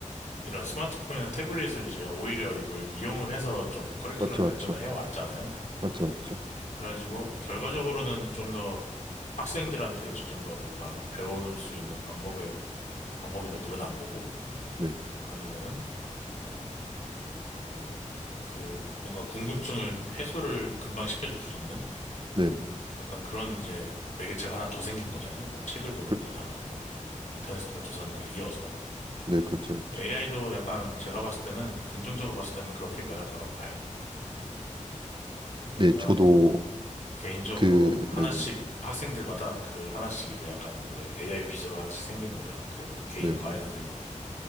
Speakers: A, on the left; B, on the right.
A: 이런 스마트폰이나 태블릿을 이제 오히려 이걸 이용을 해서 좀 커리큘럼이
B: 맞죠,
A: 발전을
B: 맞죠,
A: 해왔잖아요.
B: 맞죠, 맞죠.
A: 그래가지고 결과적으로는 좀 더 학생들한테 이제 좀 더 뭔가 배울 수 있는 방법의 방법이 더 늘어난 거고
B: 네,
A: 아니면은 뭐 그 뭔가 궁금증을 해소를 금방 시켜줄 수 있는
B: 네네.
A: 약간 그런 이제 매개체가 하나 더 생긴 거잖아요. 뭐 책을 보는
B: 그,
A: 거나 뭐 인터넷을 통해 조사하는 거에 이어서.
B: 네, 그렇죠, 그렇죠.
A: AI도 약간 제가 봤을 때는 긍정적으로 봤을 때는 그렇게 변할 거라고 봐요. 그러니까
B: 네, 저도
A: 개인적으로
B: 그,
A: 하나씩
B: 네네,
A: 학생들마다 그 하나씩 이제 약간 그 AI 비서가 하나씩 생기는 거죠. 그 개인
B: 네네.
A: 과외 선생님이.